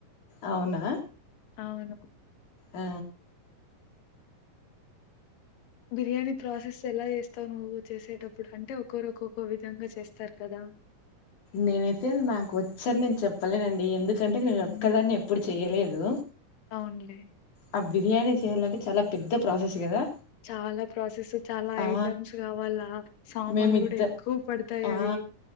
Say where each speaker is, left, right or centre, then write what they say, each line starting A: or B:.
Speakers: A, on the left (about 60°); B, on the left (about 80°).
A: అవునా
B: అవును
A: ఆ
B: బిర్యానీ ప్రాసెస్ ఎలా చేస్తావు నువ్వు చేసేటప్పుడు అంటే ఒక్కొరు ఒక్కొక్క విధంగా చేస్తారు కదా
A: నేనైతే నాకు వచ్చని నేను చెప్పలేనండి ఎందుకు ఎందుకంటే నేను
B: హ్మ్
A: ఒక్కదాన్నే ఎప్పుడు చెయలేదు
B: అవునులే.
A: ఆ బిర్యానీ చేయాలంటే చాలా పెద్ద ప్రాసెస్ కదా
B: చాలా ప్రాసెస్ చాలా
A: ఆ
B: ఐటమ్స్ కావాలా సామాన్లు
A: మేమిద్ద
B: కూడా ఎక్కువ పడతాయి
A: ఆ
B: అవి